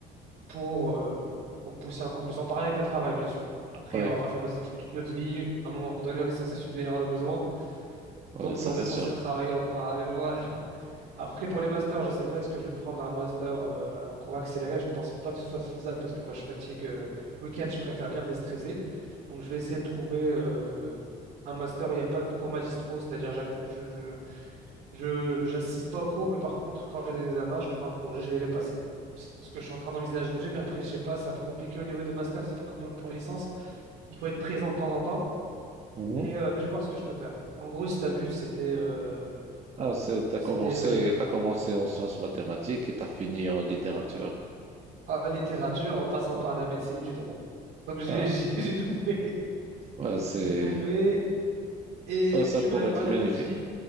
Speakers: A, on the right; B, on the right.
A: pour, euh, pour pousser encore plus, en parallèle avec le travail, bien sûr. Après,
B: ouais,
A: on va pas faire nos études toute notre vie. À un moment donné, on est censé subvenir à nos besoins.
B: Ouais,
A: Donc,
B: ça
A: on
B: c'est
A: est censé
B: sûr.
A: travailler en parallèle. <laughs> Voilà. Après, pour les masters, je ne sais pas, est-ce que je vais prendre un master, euh, un cours accéléré? Je pense pas que ce soit faisable parce que moi, je fatigue. euh, le week-end, je préfère bien déstresser. Donc, je vais essayer de trouver euh, un master où il n'y a pas de cours magistraux, c'est-à-dire j'ac- je, je, je- j'assiste pas aux cours, mais par contre, quand j'ai des examens, je prends un congé, je vais les passer. C'est ce que je suis en train d'envisager, mais après, je sais pas, c'est un peu compliqué au niveau des masters, c'est pas comme pour pour la licence. Il faut être présent de temps en temps.
B: Mhm.
A: Mais, euh, mais je vais voir ce que je peux faire. En gros, si tu as vu, c'était euh,
B: Ah, c'est, t'as
A: c'était
B: commencé,
A: euh,
B: t'as commencé en sciences mathématiques et t'as fini en littérature.
A: en littérature, en passant
B: Ah,
A: par de la médecine et du droit. Donc j'ai
B: ah,
A: <laughs> j'ai- j'ai tout fait.
B: ouais, c'est,
A: J'ai tout fait. Et
B: ouais, ça
A: tu
B: pourrait
A: m'avais parlé
B: être bénéfique.
A: d'audit.